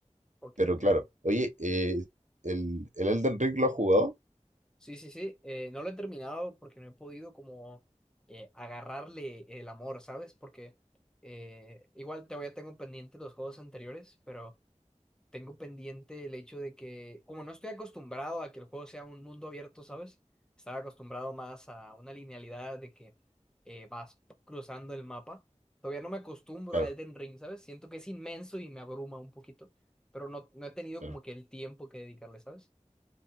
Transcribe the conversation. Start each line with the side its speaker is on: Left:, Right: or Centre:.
Centre: Ok,
Right: pero
Centre: ok.
Right: claro, oye, eh, ¿el, el Elden Ring lo has jugado?
Centre: Sí, sí, sí. Eh, no lo he terminado porque no he podido como eh, agarrarle el amor, ¿sabes? Porque eh, igual te voy a tengo pendiente los juegos anteriores, pero tengo pendiente el hecho de que, como no estoy acostumbrado a que el juego sea un mundo abierto, ¿sabes? Estaba acostumbrado más a una linealidad de que eh, vas cruzando el mapa. Todavía no me acostumbro
Right: Claro,
Centre: a Elden Ring, ¿sabes? Siento que es inmenso y me abruma un poquito, pero no, no he tenido
Right: claro.
Centre: como que el tiempo que dedicarle, ¿sabes?